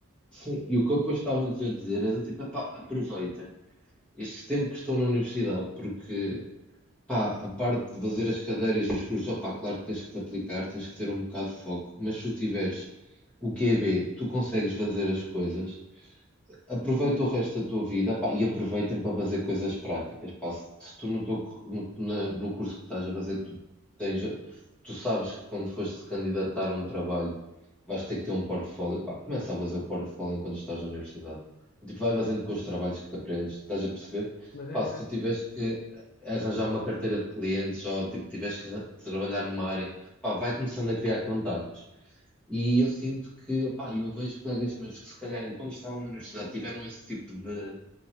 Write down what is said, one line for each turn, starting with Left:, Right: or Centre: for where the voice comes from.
Centre: sim, e o que eu depois estava-lhes a dizer era tipo, epá, aproveitem este tempo que estou na universidade, porque pá, a parte de fazer as cadeiras e os cursos, opá, claro que tens que te aplicar, tens que ter um bocado de foco, mas se tu tiveres o QB, tu consegues fazer as coisas. Aproveita o resto da tua vida, pá, e aproveitem para fazer coisas práticas, pá. Se se tu no teu, cu- no, na- no curso que estás a fazer, tu tens, tu sabes que quando fores candidatar a um trabalho, vais ter que ter um portfólio, pá, começa a fazer o portfólio enquanto estás na universidade. Tipo, vai fazendo com os trabalhos que aprendes, estás a perceber?
Left: Mas eu
Centre: Pá, se
Left: acho.
Centre: tu tiveres que arranjar uma carteira de clientes ou tipo, tiveres que arran- trabalhar numa área, pá, vai começando a criar contactos. E eu sinto que, pá, eu vejo colegas meus que se calhar quando estavam na universidade tiveram esse tipo de,